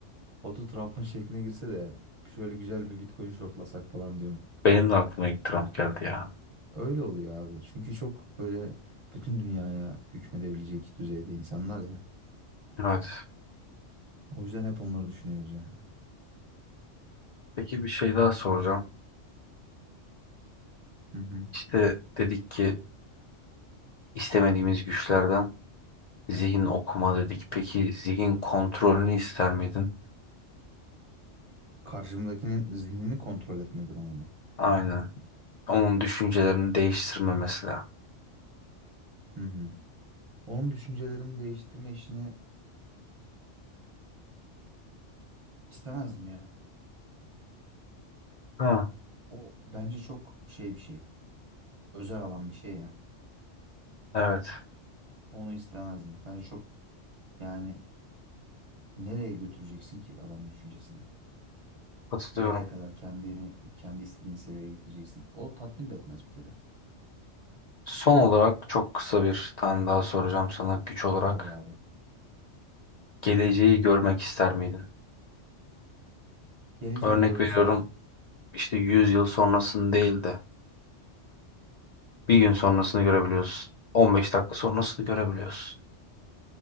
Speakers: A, on the right; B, on the left.
A: Batu Trump'ın şekline girse de şöyle güzel bir Bitcoin shortlasak falan diyorum.
B: Benim de aklıma ilk Trump geldi ya.
A: Öyle oluyor abi. Çünkü çok böyle bütün dünyaya hükmedebilecek düzeyde insanlar ya.
B: Evet.
A: O yüzden hep onları düşünüyoruz yani.
B: Peki bir şey daha soracağım.
A: Hı hı.
B: İşte dedik ki istemediğimiz güçlerden zihin okuma dedik. Peki zihin kontrolünü ister miydin?
A: Karşımdakinin zihnini kontrol etme durumu mu?
B: Aynen. Onun düşüncelerini değiştirme mesela.
A: Hı hı. Onun düşüncelerini değiştirme işini istemezdim ya.
B: Ha,
A: O bence çok şey bir şey. Özel alan bir şey ya.
B: evet.
A: Onu istemezdim. Bence çok yani nereye götüreceksin ki adamın düşüncesini?
B: Katılıyorum.
A: Nereye kadar kendini kendi istediğin seviyeye getireceksin? O tatmin de etmez bir kere.
B: Son olarak çok kısa bir tane daha soracağım sana güç olarak.
A: Tabii abi.
B: Geleceği görmek ister miydin?
A: Geleceği
B: Örnek
A: görürsem
B: veriyorum işte 100 yıl sonrasını değil de bir gün sonrasını görebiliyorsun. 15 dakika sonrasını görebiliyorsun.